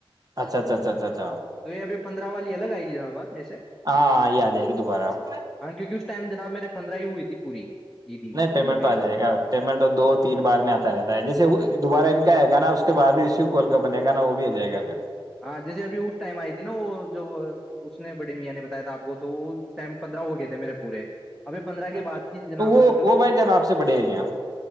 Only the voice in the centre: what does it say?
تو یہ ابھی پندرہ والی الگ آئے گی جناب ہاں ایسے
ہاں کیونکہ اس ٹائم جناب میرے پندرہ ہی ہوئی تھی پوری عیدی
مطلب یہ
ہاں جیسے ابھی اس ٹائم آئی تھی نا وہ ج اس نے بڑی میاں نے بتایا تھا آپ کو تو وہ ٹائم پندرہ ہو گئے تھے میرے پورے ابھی پندرہ کی
بات
کی جناب
ابھی تک
تو